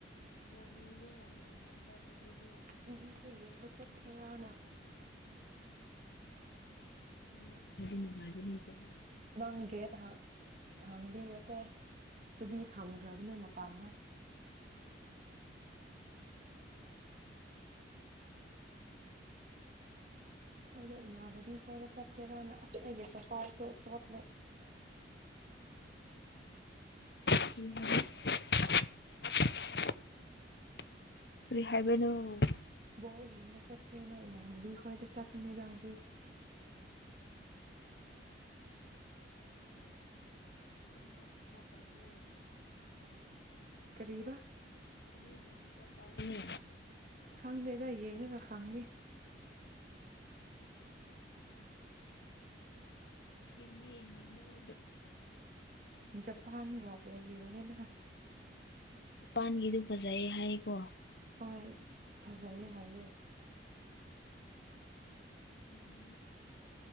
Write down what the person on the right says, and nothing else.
ꯇꯤꯕꯤꯒ ꯌꯦꯡꯕ ꯆꯠꯁꯤꯔꯅ
ꯅꯪꯒꯦꯠ ꯍꯥꯛ ꯍꯥꯡꯕꯤꯌꯣꯀꯣ ꯆꯨꯕꯤ ꯊꯝꯈ꯭ꯔꯕꯅꯦ ꯃꯄꯥꯟꯅ ꯅꯪꯗꯣ ꯏꯃꯥꯟꯅꯕꯤ ꯈꯣꯏꯗ ꯆꯠꯁꯦꯔꯅ ꯑꯁ ꯑꯩꯒ ꯆꯄꯥꯎꯁꯨ ꯆꯣꯠꯂꯦ
ꯕꯣꯜ ꯌꯦꯡꯕ ꯆꯠꯄꯅꯤꯅ ꯏꯃꯗꯕꯤ ꯍꯣꯏꯗ ꯆꯠꯅꯤꯗꯥ ꯍꯧꯖꯤꯛ
ꯀꯔꯤꯕ
ꯈꯪꯗꯦꯗ ꯌꯦꯡꯉꯒ ꯈꯪꯅꯤ
ꯖꯄꯥꯟꯒ ꯕ꯭ꯔꯥꯖꯤꯜꯅꯤꯅ
ꯍꯣꯏ ꯐꯖꯩꯌꯦ ꯍꯥꯏꯌꯦ